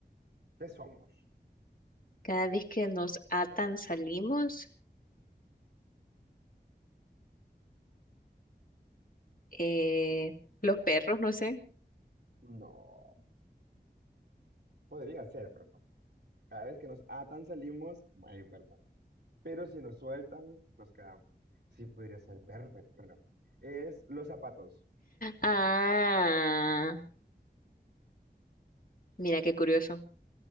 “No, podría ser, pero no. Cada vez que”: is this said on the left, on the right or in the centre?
Right